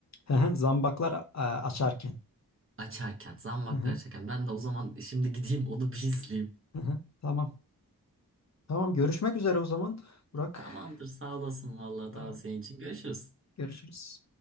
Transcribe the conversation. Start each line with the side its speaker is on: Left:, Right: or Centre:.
Left: Hı hı, Zambaklar e, açarken.
Right: Açarken, zambaklar
Left: Hı hı,
Right: açarken. Ben de o zaman şimdi gideyim onu bir izleyeyim.
Left: hı hı. Tamam. Tamam görüşmek üzere o zaman Burak.
Right: Tamamdır, sağ olasın vallahi
Left: Tamam,
Right: tavsiyen için. Görüşürüz.
Left: görüşürüz.